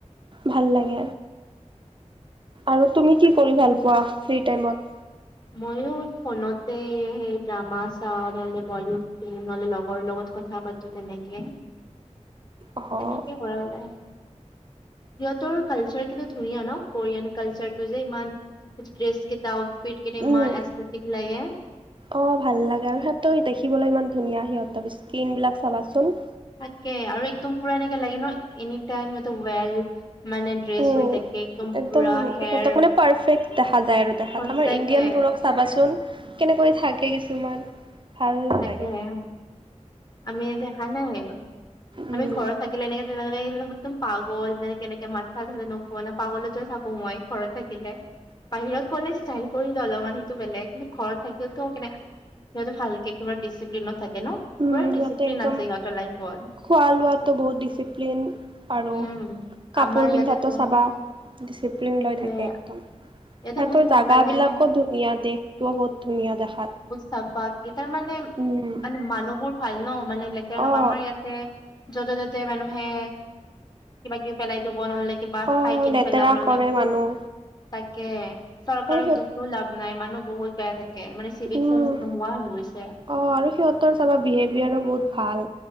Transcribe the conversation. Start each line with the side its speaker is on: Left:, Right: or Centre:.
Right: ভাল লাগে। আৰু তুমি কি কৰি ভাল পোৱা ফ্ৰী টাইমত?
Left: মইও ফোনতে সেই ড্ৰামা চাওঁ নহলে বলিউড ফিল্ম নহলে লগৰ লগত কথা পাতোঁ তেনেকে।
Right: অ',
Left: তেনেকে কৰা যায়। সিহঁতৰো কালচাৰ কিন্তু ধুনীয়া ন কোৰিয়ান কালচাৰটো যে ইমান, ড্ৰেছ কেইটা আউটফিট হেটি ইমান
Right: উম।
Left: এস্থেটিক লাগে।
Right: অ', ভাল লাগে আৰু সিহঁত দেখিবলৈ ইমান ধুনীয়া সিহঁতৰ স্কিন বিলাক চাবাচোন।
Left: তাকে আৰু একদম পুৰা এনেক লাগে ন এনিটাইম সিহঁতক ৱেল মানে ড্ৰেছ
Right: উম,
Left: হৈ থাকে
Right: একদম
Left: পুৰা হেয়াৰ
Right: সিহঁতক মানে পাৰফেক্ট দেখা যায় আৰু দেখাত,
Left: সঁচাকে
Right: আমাৰ ইণ্ডিয়ান বোৰক চাবাচোন, কেনেকৈ থাকে কিছুমান। ভাল
Left: তাকে
Right: লাগে
Left: হে, আমি দেখা নাই?
Right: উম,
Left: আমি ঘৰত থাকিলে এনেকে তেনেকা লগে একদম পাগল যেনে কেনেকে মাথা <unintelligible> পাগলতো থাকোঁ মই ঘৰত থাকিলে। বাহিৰত গ'লে ষ্টাইল কৰিলওঁ অলপমান সেইটো বেলেগ কিন্তু ঘৰত থাকিল টো কেনে সিহঁত ভালকে তোমাৰ দিছিপ্লিনত থাকে ন? পুৰা
Right: উম,
Left: ডিচিপ্লিন
Right: সিহঁতে একদম
Left: আছে সিহঁতৰ লাইফত
Right: খোৱা লোৱাটো বহুত ডিচিপ্লিন আৰু
Left: উম
Right: কাপোৰ
Left: আমাৰ ইয়াতেতো
Right: পিন্ধাতো চাবা ডিচিপ্লিন
Left: সেইটোয়ে
Right: লৈ থাকে একদম।
Left: ইয়াতে
Right: সিহঁতৰ
Left: বহুত সোনকালে
Right: জাগাহ বিলাকো ধুনীয়া দেশতটোও বহুত ধুনীয়া দেখাত।
Left: চাফা তাৰ মানে-মানে
Right: উম,
Left: মানুহবোৰ ভাল ন মানে লেতেৰা নকৰে
Right: অ'।
Left: আমাৰ ইয়াত তে য'তে ত'তে মানুহে কিবা কিবি পেলাই থব নহলে কিবা
Right: অ'
Left: খাই কিনে
Right: লেতেৰা
Left: পেলাব নহলে।
Right: কৰে মানুহ
Left: তাকে, চৰকাৰক
Right: আৰু সিহঁত
Left: দুখীও লাভ নাই মানুহ বহুত বেয়া থাকে। কেই মানে চিভিক
Right: উম,
Left: চেন্স নোহোৱা হৈ গৈছে।
Right: অ', আৰু সিহঁতৰ চাবা বিহেভিয়াৰো বহুত ভাল